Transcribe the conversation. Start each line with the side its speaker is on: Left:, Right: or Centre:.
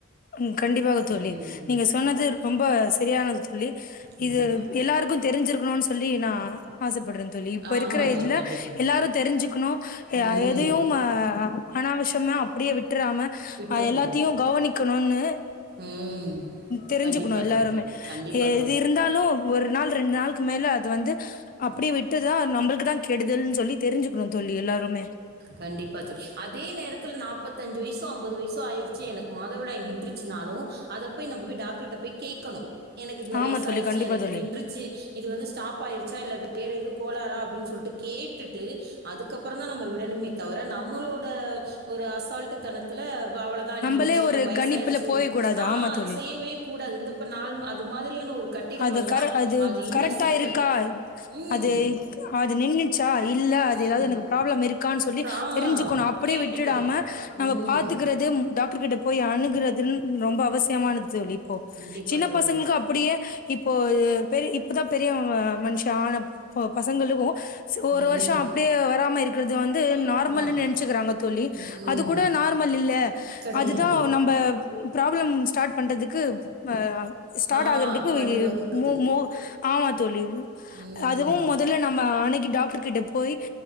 Left: ம் கண்டிப்பாக தோழி
Right: ம்.
Left: நீங்க சொன்னது ரொம்ப சரியானது தோழி
Right: கண்டிப்பா.
Left: இது எல்லாருக்கு தெரிஞ்சிருக்கனு னு சொல்லி நா ஆசப்படுறே தோழி இப்ப
Right: ஆமா
Left: இருக்குற இதுல
Right: தோழி. கண்டிப்பா.
Left: எல்லாரு தெரிஞ்சுக்கணு
Right: ம்.
Left: அ எதையு அ அனாவசியமா அப்டியே விட்டுறாம
Right: விட்றக்கூடாது.
Left: எல்லாத்தையு கவனிக் ஒன்னு
Right: ம்.
Left: தெரிஞ்சுக்கணு
Right: கண்டிப்பா
Left: எல்லாருமே
Right: தோழி. கண்டிப்பா
Left: எது
Right: தோழி.
Left: இருந் இருந்தாலு ஒரு நாள் ரெண்டு நாள்க்கு மேல அது வந்து அப்டியே விட்டுதா நம்பளுக்கு தா கெடுதல்ன்னு சொல்லி தெரிஞ்சுக்கணு தோழி எல்லாருமே
Right: கண்டிப்பா தோழி அதே நேரத்தில் நாப்பத்தஞ்சு வயசோ ஐம்பது வயசோ ஆயிருச்சு எனக்கு மாதவிடாய் நின்று னாலு அத போய் நம்ம போய் டாக்டர்ட்ட போய் கேக்கணு எனக்கு இந்த
Left: ஆமா
Right: வயசு
Left: தோழி
Right: ஆயிடுச்சு
Left: கண்டிப்பா
Right: எனக்கு
Left: தோழி
Right: நின்று ச்சு இது வந்து ஸ்டாப் ஆயிடுச்சா இல்ல வேற எது கோலாரா அப்டின்னு சொல்ட்டு கேட்டுட்டு அதுக்கப்றோ தா நம்ம விடனுமே தவிர நம்மளோட ஒரு அசால்டு தனத் துல அவ்ளதா
Left: நம்மளே
Right: நின்றுச்சு
Left: ஒரு
Right: எனக்கு வயசாயிறுச்சு
Left: கணிப்புல போய கூடாது
Right: ஆ
Left: ஆமா
Right: அது
Left: தோழி
Right: செய்யவே கூடாது இந்தப்ப நாள் அது மாதிரியான ஒரு கட் கட்டிகள்
Left: அது
Right: வந்தா
Left: கர
Right: அது இன்னு
Left: கரெக்டா
Right: சிக்கல்
Left: இருக்கா
Right: ம்
Left: அது அது நின்னுச்சா இல்ல அது ஏதாவது
Right: ம்.
Left: எனக்கு ப்ராப்ளம் இருக்கானு சொல்லி
Right: ஆ,
Left: தெரிஞ்சுக்கணு அப்டியே
Right: கேட்டுக்கணும்.
Left: விட்டுடாம நம்ம
Right: ம்.
Left: பாத்துக்குறது டாக் டர் கிட்ட போய் அணுகுறதுன்னு ரொம்ப அவசியமானது தோழி இப்போ
Right: கண்டிப்பா
Left: சின்ன
Right: தோழி.
Left: பசங்களுக்கு அ அப்டியே இப்போ பெரி இப்போதா பெரிய மனுஷி ஆன ப பசங்களுக்கு ஒரு
Right: ம்.
Left: வருஷோ அப்டியே வராம இருக்குறது வந்து
Right: ஆமா.
Left: நார்மல்னு நெனச்சுக்கிறாங்க தோழி
Right: ம்.
Left: அதுக்கூட நார்மல் இல்ல
Right: கிடையாது.
Left: அதுதா நம்ப ப்ராப்ளம் ஸ்டார்ட் பண்றதுக்கு அ ஸ்டார்ட்
Right: ஆ
Left: ஆகுறதுக்கு
Right: வழிவகுக்குது.
Left: மு மு ஆமா தோழி
Right: ம்.
Left: அதுவு மொதல்ல நம்ம அனுகி டாக்டர் கிட்ட போய்